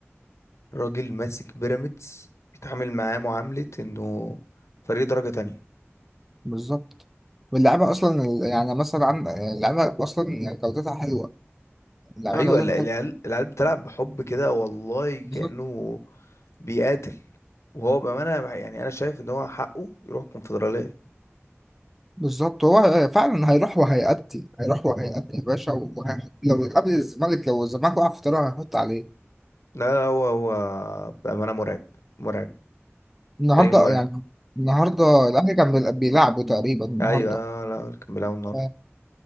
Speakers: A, on the left; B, in the centre.
A: راجل ماسك بيراميدز بيتعامل معاه معاملة انه فريق درجة تانية
B: بالظبط واللعيبه اصلا ال- يعني مثلا عن- اللعيبه اصلا يعني جودتها حلوه اللعيبه
A: ايوه
B: جودتها
A: ال- العيال
B: حلوه
A: العيال بتلعب بحب كده والله كأنه
B: بالظبط
A: بيقاتل وهو بأمانة بح- يعني أنا شايف إن هو حقه يروح الكونفدرالية
B: بالظبط هو فعلا هيروح وهيأدي هيروح وهيأدي يا باشا وهيحط لو قبل الزمالك لو الزمالك وقع في طريقه هيحط عليه
A: لا لا، هو هو بأمانة مرعب مرعب
B: النهارده
A: فريق مرعب
B: يعني النهارده الاهلي كان بيل- بيلعبه تقريبا النهارده
A: أيوة آه، لا كان بيلعبوا النهاردة
B: آه،